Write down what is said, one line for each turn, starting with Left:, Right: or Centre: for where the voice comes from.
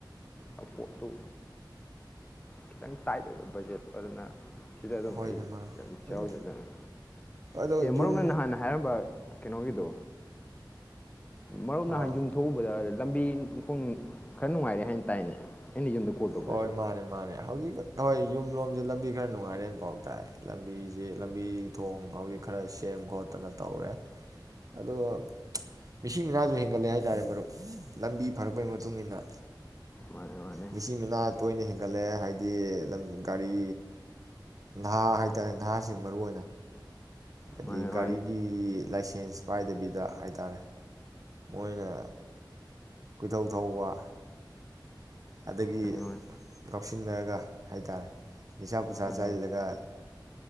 Left: ꯑꯄꯨ ꯇꯨ ꯈꯤꯇꯪ ꯇꯥꯏꯠ ꯑꯣꯏꯕ ꯕꯖꯦꯠꯇꯣ ꯑꯗꯨꯅ ꯁꯤꯗ ꯑꯗꯨꯝ
Right: ꯍꯣꯏꯅꯦ
Left: ꯑꯩ
Right: ꯃꯔꯨꯞ
Left: ꯌꯥꯝ ꯆꯥꯎꯔꯖꯗꯅꯤ
Right: ꯑꯗꯨ ꯑꯗꯣ
Left: ꯑꯦ ꯃꯔꯨꯞ
Right: ꯌꯨꯝ
Left: ꯑꯣꯏꯅ ꯅꯍꯥꯟꯅ ꯍꯥꯏꯔꯝꯕ ꯀꯩꯅꯣꯒꯤꯗ ꯃꯔꯨꯞ ꯅꯍꯥꯟ
Right: ꯑꯥ
Left: ꯌꯨꯝ ꯊꯣꯛꯎꯕꯗ ꯂꯝꯕꯤꯈꯣꯡ ꯈꯔ ꯅꯨꯡꯉꯥꯏꯔꯦ ꯍꯥꯏꯅ ꯇꯥꯏꯅꯦ ꯑꯩꯅ ꯌꯨꯝꯗ ꯀꯣꯜ ꯇꯧꯕꯗꯁꯨ
Right: ꯍꯣꯏ ꯃꯥꯅꯦ ꯃꯥꯅꯦ ꯍꯧꯖꯤꯛ ꯍꯣꯏ ꯌꯨꯝ ꯂꯣꯝꯁꯦ ꯂꯝꯕꯤ ꯈꯔ ꯅꯨꯡꯉꯥꯏꯔꯦꯅꯐꯥꯎ ꯇꯥꯏ ꯂꯝꯕꯤꯁꯦ ꯂꯝꯕꯤ ꯊꯣꯡ ꯍꯧꯖꯤꯛ ꯈꯔ ꯁꯦꯝ ꯈꯣꯠꯇꯅ ꯇꯧꯔꯦ ꯑꯗꯨꯒ ꯃꯤꯁꯤ ꯃꯤꯅꯥꯁꯨ ꯍꯦꯟꯒꯠꯂꯦ ꯍꯥꯏꯇꯥꯔꯦ ꯃꯔꯨꯞ ꯂꯝꯕꯤ ꯐꯔꯛꯄꯒꯤ ꯃꯇꯨꯡ ꯏꯟꯅ
Left: ꯃꯥꯅꯦ ꯃꯥꯅꯦ
Right: ꯃꯤꯆ ꯃꯤꯅꯥ ꯇꯣꯏꯅ ꯍꯦꯟꯒꯠꯂꯑꯦ ꯍꯥꯏꯗꯤ ꯒꯥꯔꯤ ꯅꯍꯥ ꯍꯥꯏꯇꯥꯔꯦ ꯅꯍꯥꯁꯤꯡ ꯃꯔꯨ ꯑꯣꯏꯅ ꯍꯥꯏꯗꯤ
Left: ꯃꯥꯅꯦ
Right: ꯒꯥꯔꯤꯒꯤ
Left: ꯃꯥꯅꯦ
Right: ꯂꯥꯏꯁꯦꯟꯁ ꯄꯥꯏꯗꯕꯤꯗ ꯍꯥꯏ ꯇꯔꯦ ꯃꯣꯏꯅ ꯀꯣꯏꯊꯧ ꯊꯧꯕ ꯑꯗꯒꯤ
Left: ꯃꯥꯅꯦ
Right: ꯉꯧꯁꯤꯟꯅꯔꯒ ꯍꯥꯏ ꯇꯥꯔꯦ ꯅꯤꯁꯥ ꯄꯨꯁꯥ
Left: ꯃꯥꯅꯦ ꯃꯥꯅꯦ
Right: ꯆꯥꯏꯁꯤꯜꯂꯒ